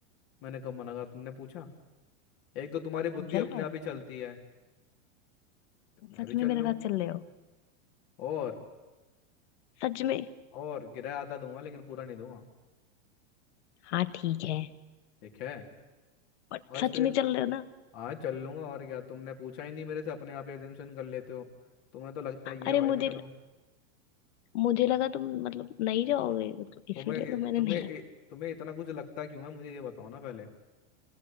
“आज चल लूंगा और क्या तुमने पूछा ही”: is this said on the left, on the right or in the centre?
Left